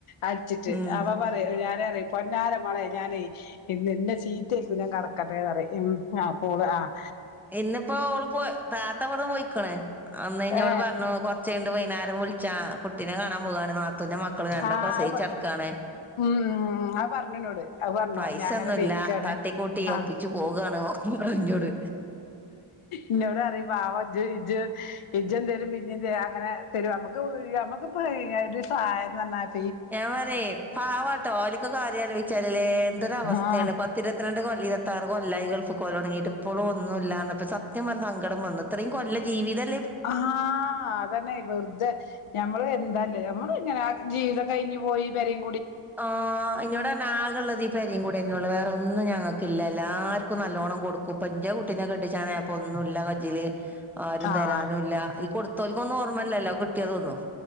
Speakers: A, on the left; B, in the centre.
A: അടിച്ചിട്ട്
B: ഉം
A: അപ്പ പറയും ഞാ നറയും പൊന്നാര മോളെ ഞാനെ ഇന്നിന്ന് ചീത്തകേക്കും ഞാൻ കെടക്കട്ടേന്ന് പറയും. ഇം അപ്പ ഓള് ആഹ്
B: ഇന്നിപ്പോ ഓള് പോയ് താ ത്ത ഇവിടുന്ന് പോയിക്കണ്. അന്ന് ഇഞ്ഞോട്
A: ഏ
B: പറഞ്ഞു കൊറച്ച്കയ്ഞ്ഞെട്ട് വൈകുന്നേരം വിളിച്ചാ കുട്ടിനെ കാണാൻ പോകാണ് നാ ത്തൂന്റെ മക്കള് രണ്ടും
A: ആ
B: പ്രസവിച്ച്കെടക്കാണ്
A: അത് ഉം അത് പറഞ്ഞുന്നോട് അത് പറഞ്ഞു
B: പൈസയൊന്നുവില്ല.
A: ഞാൻ അങ്ങനെ പെയ്ക്കാണ്
B: അഹ് തട്ടിക്കൂട്ടി
A: ആഹ്
B: ഒപ്പിച്ച് പോകാണ് പറഞ്ഞോട്
A: ഇന്നോട് പറയും പാവം ഇജ്ജ് ഇജ്ജ് ഇജ്ജെന്തേലും പിന്നേം ത അങ്ങനേ തരും നമു ക്ക് നമുക്കിപ്പ് ഒര് സഹായന്ന് പറഞ്ഞാല്
B: ഞാൻ പറയും പാവാട്ടോ ഓരക്ക കാര്യം ആലോചിച്ചാലല്ലേ എന്തൊരു അവസ്ഥയാണ്
A: ആഹ്
B: പത്തിരുപത്തിരണ്ട് കൊല്ലം ഇരു ത്താറു കൊല്ലായി ഗൾഫിപോകല് തൊടങ്ങിയിട്ട് ഇപ്പോളും ഒന്നൂല്ലാന്നപ്പ സത്യം പറഞ്ഞ സങ്കടം വന്ന് ഇത്രയും കൊല്ലം ജീവിതം
A: ഹാ അതന്നെ വെറുതെ ഞമ്മള് എന്താല്ലേ നമ്മള് ഇങ്ങനെ ആ ജീവിതം കഴിഞ്ഞു പോയി പെരിം
B: ഓ ഇന്നോടർഞ്ഞു ആകള്ളത് ഈ പെരിം കുടിന്നൊള്ളൂ വേറെ ഒന്ന് ഒന്നും ഞങ്ങൾക്കില്ല എല്ലാർക്കും നല്ലോണം കൊടുക്കും പ്പൊ ഇന്റെ കുട്ടിനെ കെട്ടിച്ചാനായപ്പോ ഒന്നുല്ല കജ് ജ്ജില് ആരും
A: ആഹ്
B: തരാനുല്ല ഈ കൊടുത്തോൽക്കൊന്നും ഓർമ്മല്ലല്ലോ കിട്ടിയതൊന്നും